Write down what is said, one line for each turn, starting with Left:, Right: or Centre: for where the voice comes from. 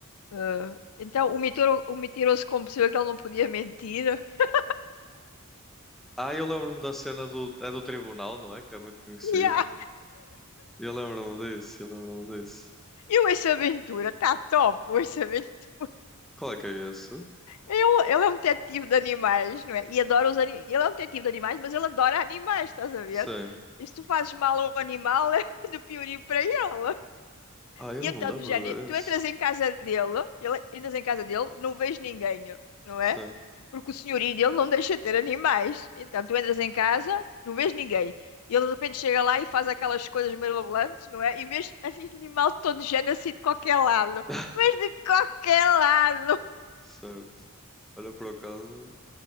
Left: Ah, então, o, mitiro, o Mentiroso Compulsivo, é que ele não podia mentir. <laughs>
Centre: Ah, eu lembro-me da cena do, é do tribunal, não é? Que é muito conhecida.
Left: Yeah.
Centre: Eu lembro-me disso, eu lembro-me disso.
Left: E o Ace Ventura, está top, o Ace Ventura.
Centre: Qual é que é esse?
Left: Eu, ele é um detetive de animais, não é? E adora os animais. Ele é um detetive de animais, mas ele adora animais, estás a ver?
Centre: Sim.
Left: E se tu fazes mal a um animal, <laughs> é do piorio para ele.
Centre: Ah, eu
Left: E
Centre: não
Left: então,
Centre: me lembro
Left: do género,
Centre: de ver
Left: tu
Centre: esse.
Left: entras em casa dele, ele, entras em casa dele, não vês ninguém, não
Centre: Sim.
Left: é? Porque o senhorio dele não deixa ter animais. Então, tu entras em casa, não vês ninguém. E ele de repente chega lá e faz aquelas coisas mirabolantes, não é? E vês <laughs> animal de todo género assim de qualquer lado.
Centre: <laughs>
Left: Mas de qualquer lado!
Centre: Certo. Olha, por acaso,